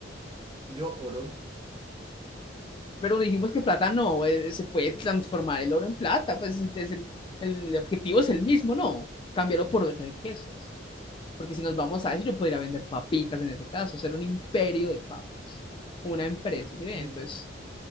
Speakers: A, on the right; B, on the left.
A: Yo oro.
B: Pero dijimos que plata no, eh, se puede transformar el oro en plata, pues es el, el objetivo es el mismo, ¿no? Cámbialo por riquezas. Porque si nos vamos a eso, yo podría vender papitas en ese caso, hacer un imperio de papas, una empresa,
A: <clears throat>
B: ¿sí ve?
A: Mm,
B: Entonces,